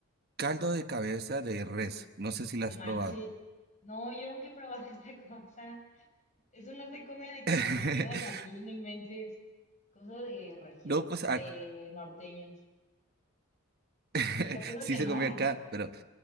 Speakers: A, on the right; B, on the left.
A: caldo de cabeza de res. No sé si lo
B: no
A: has
B: manches.
A: probado.
B: No, yo nunca he probado <laughs> esa cosa. Eso no se come de que
A: <laughs>
B: en las mañanas aquí no inventes. Cosa de regios,
A: No,
B: yo-
A: pues
B: de
A: ac-
B: norteños.
A: <laughs>
B: Te lo juro
A: sí
B: que no,
A: se come acá,
B: ¿eh?
A: pero